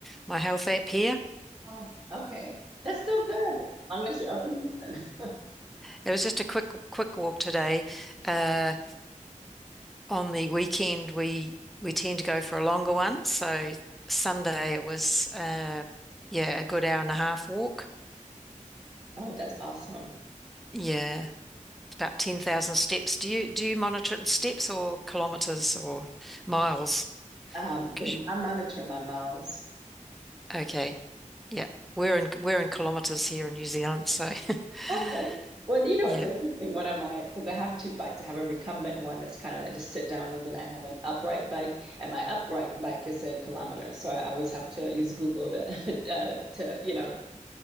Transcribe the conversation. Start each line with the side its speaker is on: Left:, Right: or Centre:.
Centre: my health app here.
Right: Oh, okay. That's still good, as long as you're up and moving. <laughs>
Centre: It was just a quick quick walk today. Uh, on the weekend, we we tend to go for a longer one. So Sunday it was uh, yeah a good hour and a half walk.
Right: Oh, that's awesome.
Centre: Yeah, about ten thousand steps. Do you do you monitor it in steps or kilometers or miles?
Right: Um, the,
Centre: 'Cause you-
Right: I monitor my miles.
Centre: okay, yeah, we're in we're in kilometers here in New Zealand. So
Right: Okay.
Centre: <laughs>
Right: Well, you know,
Centre: yeah.
Right: it's interesting. One of my, because I have two bikes. I have a recumbent one that's kind of like just sit down, and then I have an upright bike, and my upright bike is in kilometers. So I always have to use Google to, <laughs> uh, to you know,